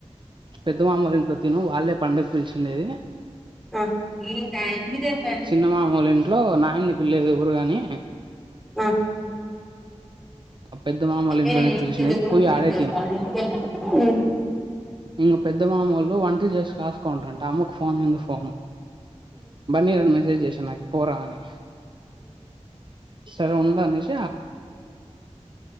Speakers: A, on the right (about 40°); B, in the centre.
A: పెద్ద మమ్మొల ఇంట్లో తిను వాళ్ళే పండగ పిలిచి డేది
B: ఆ ఈ <unintelligible>
A: చిన్న మామోళ్ళ ఇంట్లో నయ్యని పిల్లేదు ఎవరు గానీ
B: ఆ
A: పెద్ద మామోళ్ళ ఇంట్లోనే
B: ఏ <unintelligible>
A: పిలిచినది పోయి ఆడే
B: ఉ
A: ఇంక పెద్ద మామోళ్ళు వంటలు చేసి కాసుకొండర్రంట అమ్మకు ఫోన్ మీద ఫోను బన్నీగాడు మెసేజ్ చేసాననాకి పోరా అని సరే ఉండ అనీష్